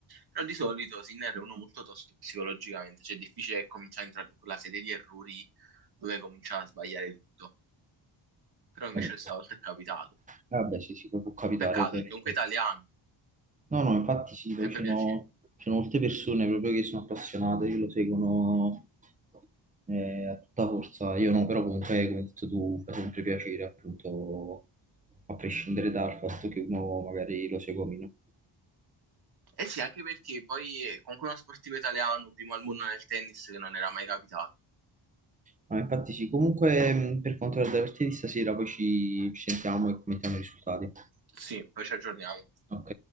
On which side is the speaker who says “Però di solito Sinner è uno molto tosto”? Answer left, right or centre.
Right